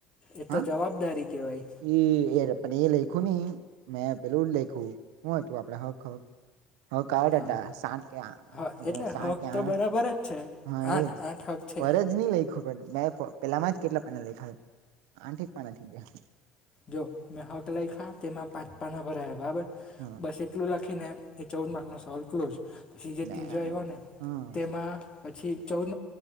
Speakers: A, on the left; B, on the right.
A: એ
B: હા
A: તો જવાબદારી.
B: <unintelligible>
A: કહેવાય
B: <unintelligible> એ લેખું હી મેં પેલું જ લેખું હુંય તું આપણે હક હક હ કટ
A: હા
B: હતા સાત કે
A: હા એટલે
B: સાત
A: હક
B: કે
A: તો
B: આઠ
A: બરાબર જ છે
B: હા
A: આઠ
B: એજ
A: આઠ હક છે
B: ફરજ નહી લઈ ખબર મે પેલામાં જ કેટલા પાના લેખા આઠક પાનાથી ગયા.
A: જો મેં હક લઈ ખા તેમાં પાંચ પાનો ભરાયા બરાબર
B: ગયા
A: બસ એટલું લખ ખીને એ <unintelligible> નો સવલ ક્લોઝ પછી જે
B: મે
A: તીજો આવ્યો ને
B: હમ
A: તેમાં પછી ચૌદ